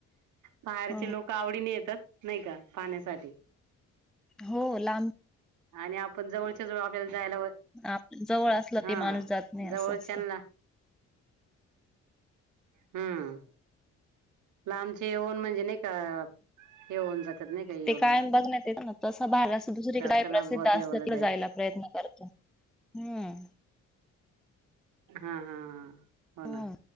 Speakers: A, on the right (about 80°); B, in the centre.
A: बाहेरचे
B: अ
A: लोक आवडीने येतात नाही का पाहण्यासाठी
B: हो लांब
A: आणि आपण जवळच्या, जवळ आपल्याला जायला
B: आप जवळ असलं
A: हा
B: ते माणूस जात नाही
A: जवळच्याला
B: असं असत.
A: हूं लांबचे येऊन म्हणजे नही का? हे होऊन जातात नाही का येऊन
B: ते कायम बघण्यात येत ना, तसं बाहेर अस दुसरीकडे
A: का
B: काय
A: चला
B: प्रसिद्ध
A: बुवा देवाला
B: असल्या
A: जायचं
B: तीत जायला प्रय हूं!
A: हा हा हा हो
B: हम्म.
A: ना!